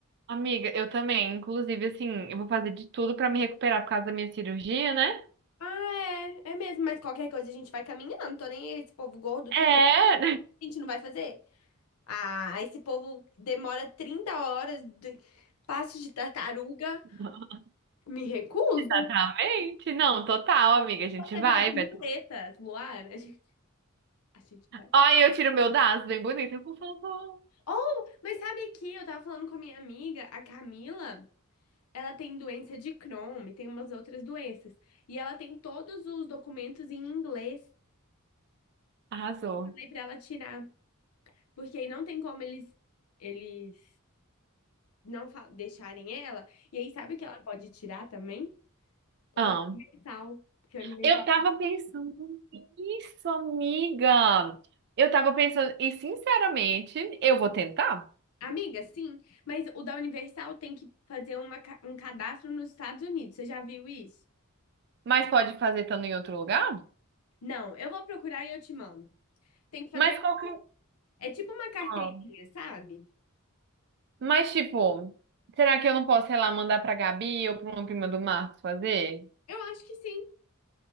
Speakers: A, on the right; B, on the left.
A: Amiga, eu também. Inclusive, assim, eu vou fazer de tudo pra me recuperar por causa da minha cirurgia, né?
B: Ah, é, é mesmo, mas qualquer coisa a gente vai caminhando. Tô nem aí, esse povo gordo, tudo
A: É,
B: a gente não vai fazer. Ah, esse povo demora 30 horas de passo de tartaruga.
A: <laughs>
B: Me recuso.
A: exatamente. Não, total, amiga. A gente
B: Você
A: vai,
B: vai de muletas,
A: vai.
B: Luara. A gente, a gente vai.
A: Ai, eu tiro meu daço, bem bonito. Por favor.
B: Oh, mas sabe aqui, eu tava falando com a minha amiga, a Camila. Ela tem doença de Crohn e tem umas outras doenças. E ela tem todos os documentos em inglês.
A: Arrasou.
B: Falei pra ela tirar, porque aí não tem como eles, eles não fa- deixarem ela. E aí, sabe o que ela pode tirar também? O
A: Amo.
B: da Universal. Porque a Universal.
A: Eu tava pensando nisso, amiga. Eu tava pensando, e sinceramente, eu vou tentar,
B: Amiga, sim, mas o da Universal tem que fazer uma, ca- um cadastro nos Estados Unidos. Você já viu isso?
A: mas pode fazer estando em outro lugar?
B: Não, eu vou procurar e eu te mando. Tem que fazer.
A: Mas qualquer.
B: É tipo uma carteirinha,
A: Não.
B: sabe?
A: Mas tipo, será que eu não posso, sei lá, mandar pra Gabi ou pra uma prima do Marcos fazer?
B: Eu acho que sim.